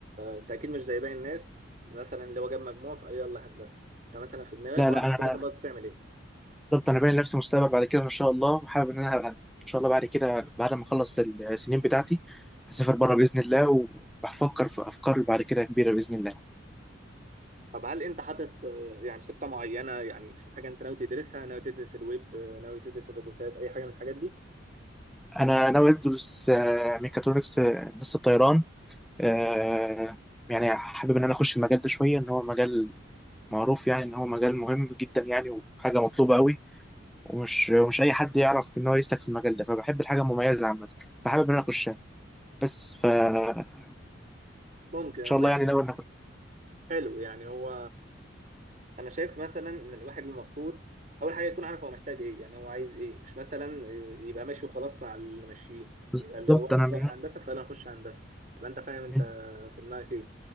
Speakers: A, on the right; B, in the centre.
A: انت اكيد مش زي باقي الناس مثلا اللي هو جاب مجموع فيلا هندسه انت مثلا في دماغك
B: لا
A: وعارف
B: لا
A: في الاخر
B: انا
A: برضه بتعمل ايه
B: بالظبط انا باين لنفسي مستقبل بعد كده ان شاء الله وحابب ان انا أبقى- ان شاء الله بعد كده بعد ما اخلص السنين بتاعتي هسافر بره باذن الله وبفكر في افكار بعد كده كبيره باذن الله
A: طب هل انت حاطط آه، يعني خطه معينه يعني في حاجه انت ناوي تدرسها ناوي تدرس الويب آه، ناوي تدرس الروبوتات اي حاجه من الحاجات دي
B: انا ناوي ادرس آه، ميكاترونكس آه، هندسه طيران آه، يعني حابب ان انا اخش المجال ده شويه ان هو مجال معروف يعني ان هو مجال مهم جدا يعني وحاجه مطلوبه قوي ومش مش اي حد يعرف ان هو يسلك في المجال ده فبحب الحاجه المميزه عامه فحابب ان انا اخشها بس فان
A: ممكن
B: شاء
A: ماشي
B: الله يعني ناوي ان اخش
A: حلو يعني هو انا شايف مثلا ان الواحد المفروض اول حاجه يكون عارف هو محتاج ايه يعني هو عايز ايه مش مثلا يبقى ماشي وخلاص مع اللي ماشيين
B: بالظبط
A: يبقى اللي هو الناس
B: انا من
A: رايحه هندسه فيلا نخش هندسه تبقى انت فاهم انت
B: من
A: في دماغك ايه